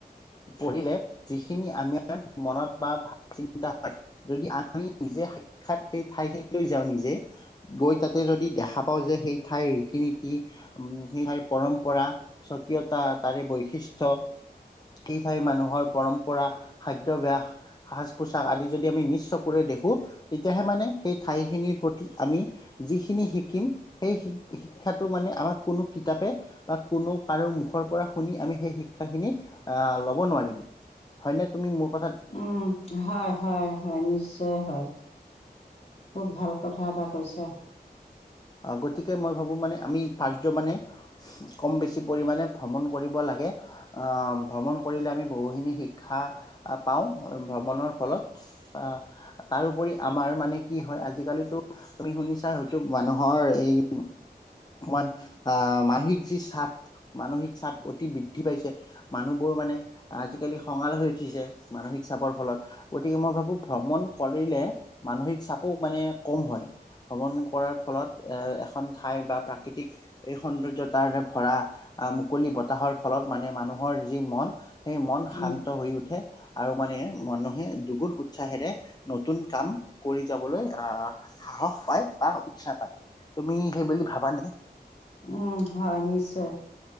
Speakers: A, on the left (about 25°); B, on the left (about 40°).
A: কৰিলে যিখিনি আমাৰ মনত বা ভ চিন্তা হয় যদি আমি নিজে সাক্ষাৎ সেই ঠাই খিনিলৈ যাওঁ নিজে গৈ তাতে যদি দেখা পাওঁ যে সেই ঠাই ৰীতি নীতি তাই পৰম্পৰা স্বকীয়তা তাৰে বৈশিষ্ট্য এই ঠাই মানুহৰ পৰম্পৰা খাদ্যাভ্যাস সাজ পোছাক আদি যদি আমি নিশ চকুৰে দেখো তেতিয়াহে মানে সেই ঠাই খিনিৰ প্ৰতি আমি যিখিনি শিকিম সেই শিক্ষাটো মানে আমাক কোন কোনো কিতাপে বা কোনো কাৰো মুখৰ পৰা শুনি আমি সেই শিক্ষাখিনি আহ ল'ব নোৱাৰিম হয়, ন তুমি মোক
B: উম, হয়, হয়, হয়, নিশ্চয় হয় খুব ভাল কথা এটা কৈছা।
A: গতিকে মই ভাবো মানে আমি প্য মানে কম বেছি পৰিমাণে ভ্ৰমণ কৰিব লাগে লাগে আহ ভ্ৰমণ কৰিলে আমি বহুখিনি শিক্ষা পাওঁ ভ্ৰমণৰ ফলত অ তাৰোপৰি আমাৰ মানে কি হয় আজিকালিো তুমি শুনিছা হয়তো মানুহ ৰ এইমান আহ মানসিক যি চাপ মানসিক চাপ অতি বৃদ্ধি পাইছে মানুহবোৰ মানে আজিকালি খঙাল হৈ উঠিছে মানসিক চাপৰ ফলত গতিকে মই ভাবো ভ্ৰমণ কৰিলে মানসিক চাপো মানে কম হয় ভ্ৰমণ কৰা ফলত এ এখন ঠাই বা প্ৰাকৃতিক এই সৌন্দৰ্যতাৰোৰে ভৰা মুকলি বতাহত ফলত মানে মানুহৰ যি মন সেই মন শান্ত
B: উম।
A: হৈ উঠে আৰু মানে মানুহে দুগুণ উৎসাহেৰে নতুন কাম কৰি যাবলৈ আহ সাহস পায় বা উৎসাহ পায়, তুমি সেইবুলি ভাবানে?
B: উম, হয় নিশ্চয়